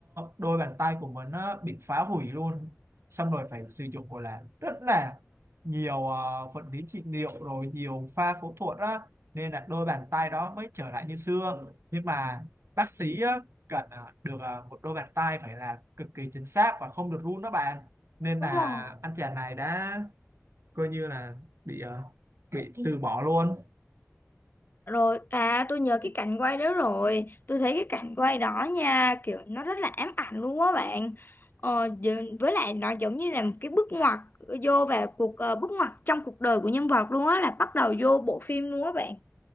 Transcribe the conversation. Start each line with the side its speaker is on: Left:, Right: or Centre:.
Right: đôi bàn tay của mình á, bị phá hủy luôn xong rồi phải sử dụng gọi là rất là nhiều ờ, vật lý trị liệu rồi nhiều pha phẫu thuật á nên là đôi bàn tay đó mới trở lại như xưa nhưng mà bác sĩ á, cần ờ, được ờ, một đôi bàn tay phải là cực kỳ chính xác và không được run đó bạn nên
Left: Đúng
Right: là
Left: rồi.
Right: anh chàng này đã coi như là bị ờ, bị từ bỏ luôn
Left: Rồi, à tôi nhớ cái cảnh quay đó rồi Tôi thấy cái cảnh quay đó nha Kiểu nó rất là ám ảnh luôn á bạn ờ, giờ- Với lại nó giống như là một cái bước ngoặt ờ, Vô vào cuộc ờ, bước ngoặt trong cuộc đời của nhân vật luôn á Là bắt đầu vô bộ phim luôn á bạn